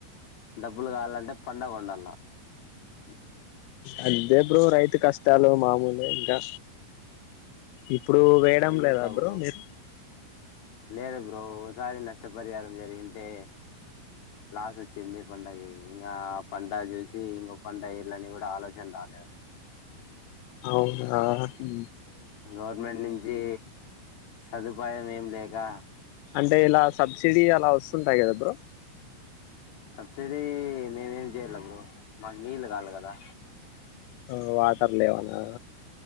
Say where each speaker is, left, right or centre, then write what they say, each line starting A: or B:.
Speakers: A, on the left (about 55°); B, on the left (about 85°).
A: డబ్బులు కావాలంటే పంట పండాల. <inaudible>
B: అదే బ్రో రైతు కష్టాలు మామూలే ఇంకా. ఇప్పుడు వేయడం
A: ఏం
B: లేదా
A: చేస్తావు
B: బ్రో మీరు.
A: లేదు బ్రో ఓసారి నష్టపరిహారం జరిగింటే లాస్ ఒచ్చింది పంటకి ఇంగా ఆ పంట జేసి ఇంగో పంటగ్ ఎయళ్ల అని గుడ ఆలోచన్ రాలేద్ అన్మాట
B: అవునా హు
A: గవ్ర్మెంట్ నించి సదుపాయం ఏం లేదా
B: అంటే ఇలా సబ్సిడీ అలా ఒస్తుంటాయి కదా బ్రో
A: సబ్సిడీ మేమేం చెయ్యళ్ళ బ్రో మాక్ నీళ్ కాళ్ళ కదా
B: ఆ వాటర్ లేవనా